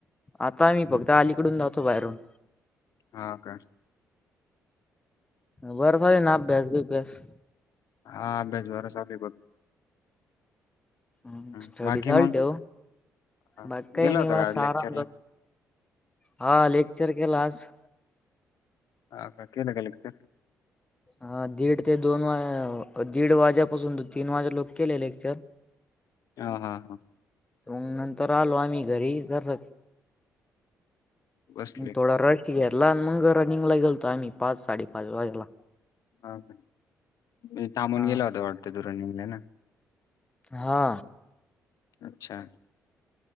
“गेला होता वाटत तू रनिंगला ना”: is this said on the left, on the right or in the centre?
Left